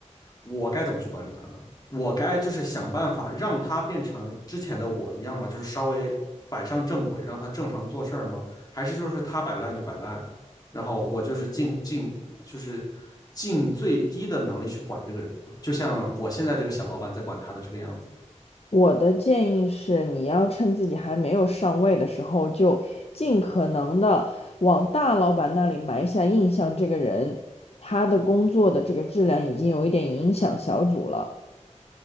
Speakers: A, on the left; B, on the left.
A: 我该怎么去管理他呢？我该就是想办法让他变成之前的我一样吗？就是稍微摆上正轨，让他正常做事儿吗？还是就是他摆烂就摆烂，然后我就是尽尽就是尽最低的能力去管这个人呢？就像我现在这个小老板在管他的这个样子。
B: 我的建议是，你要趁自己还没有上位的时候，就尽可能的往大老板那里埋下印象。这个人，他的工作的这个质量已经有一点影响小组了。